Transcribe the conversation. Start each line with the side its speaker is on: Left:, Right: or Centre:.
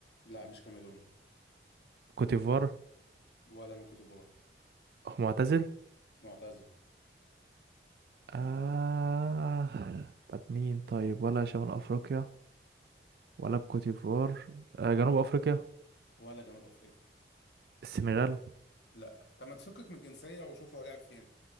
Left: لا مش كاميروني
Right: كوتيفوار
Left: ولا من كوتيفوار
Right: معتزل
Left: معتزل
Right: آه طب مين طيب ولا شمال أفريقيا ولا الكوتيفوار آه جنوب أفريقيا
Left: ولا جنوب أفريقيا
Right: السنغال
Left: لا طب ما تفكك من الجنسية وشوف هو لعب فين